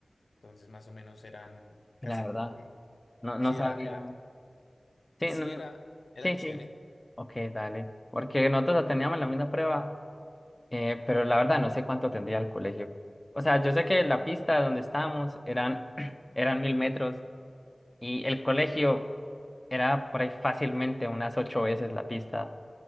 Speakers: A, on the left; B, on the left.
A: Entonces, más o menos eran
B: sí,
A: casi
B: la verdad,
A: como,
B: no, no
A: sí,
B: sabía.
A: era, era,
B: Sí,
A: sí,
B: no, no-
A: era, era
B: sí,
A: chévere.
B: sí. Ok, dale. Porque nosotros la teníamos la misma prueba, eh, pero la verdad no sé cuánto tendría el colegio. O sea, yo sé que la pista donde estábamos eran, <clears throat> eran mil metros y el colegio era por ahí fácilmente unas ocho veces la pista.